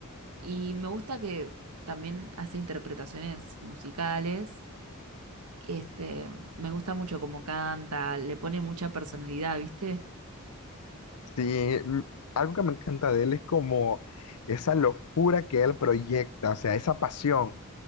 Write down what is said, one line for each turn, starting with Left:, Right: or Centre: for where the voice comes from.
Right: y me gusta que también hace interpretaciones musicales. Este, me gusta mucho cómo canta, le pone mucha personalidad, ¿viste?
Left: Sí, mm, algo que me encanta de él es como esa locura que él proyecta, o sea, esa pasión.